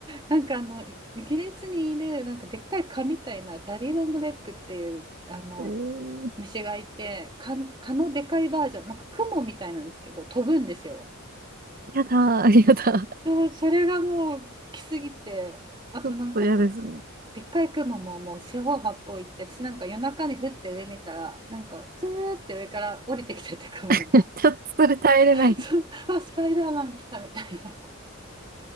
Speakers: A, on the right (about 25°); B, on the right (about 45°).
A: なんかあの、イギリスにいる、なんかでっかい蚊みたいな、ダディロングレッグっていう、あの、
B: えー、
A: 虫がいて、蚊、蚊のでかいバージョン、なんかクモみたいなんですけど、飛ぶんですよ。
B: やだー、やだ <laughs>
A: そう、それがもう来すぎて、あとなんかく、
B: ちょっと嫌ですね。
A: でっかい雲ももう四方八方行って、私なんか夜中に降って上見たら、なんかツーって上から降りてきてて雲が、
B: <laughs> ちょっとそれ耐えれない。
A: <laughs> そう、あ、スパイダーマン来たみたいな。